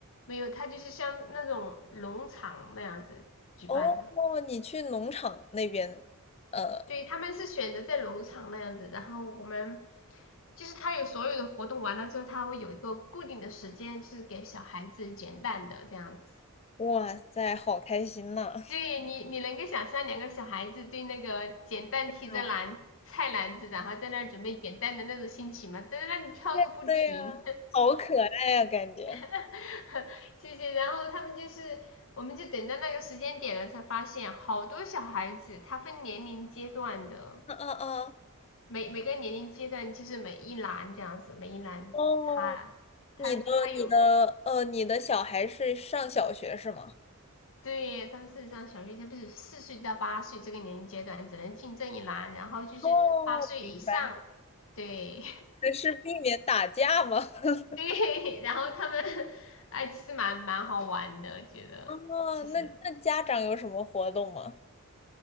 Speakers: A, on the left; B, on the left.
A: 没有，他就是像那种农场那样子举办的。
B: 哦，你去农场那边，呃。
A: 对，他们是选择在农场那样子，然后我们就是他有所有的活动完了之后，他会有一个固定的时间，就是给小孩子捡蛋的这样子。
B: 哇塞，好开心呐！
A: 对你，你能够想象两个小孩子对那个捡蛋提着篮菜篮子，
B: 啊，
A: 然后在那儿准备捡蛋的那种心情吗？在那里跳个不停，
B: <laughs> 对呀、好可爱呀、感觉。
A: <laughs> 谢谢。然后他们就是，我们就等到那个时间点了，才发现好多小孩子，他分年龄阶段的，
B: 嗯嗯嗯，
A: 每每个年龄阶段就是每一栏这样子，每一栏他他他有
B: 哦，你的你的呃，你的小孩是上小学是吗？
A: 对他们事实上小学生不是四岁到八岁这个年龄阶段只能进这一栏，然后就是八岁以上，
B: 哦，明白。
A: 对
B: 那是避免打架吗？
A: <laughs>
B: <laughs>
A: 对，然后他们哎其实蛮蛮好玩的，觉得其实
B: 哦，那那家长有什么活动吗？